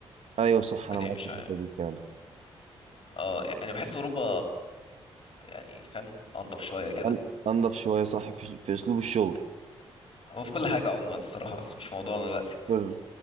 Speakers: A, on the right (about 65°); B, on the left (about 50°).
A: ايوه صح
B: ممكن
A: انا معاك
B: إيه مش
A: في الحته
B: عارف.
A: دي فعلا
B: اه يعني بحس أوروبا يعني فاهم أنضف شوية كده
A: أن- انضف شويه صح في, في اسلوب الشغل
B: هو في كل حاجة عموما الصراحة بس مش موضوعنا دلوقتي
A: في